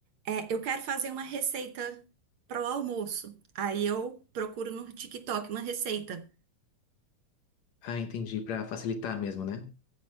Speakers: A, on the right; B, on the left.
A: É, eu quero fazer uma receita para o almoço. Aí eu procuro no TikTok uma receita.
B: Ah, entendi, pra facilitar mesmo, né?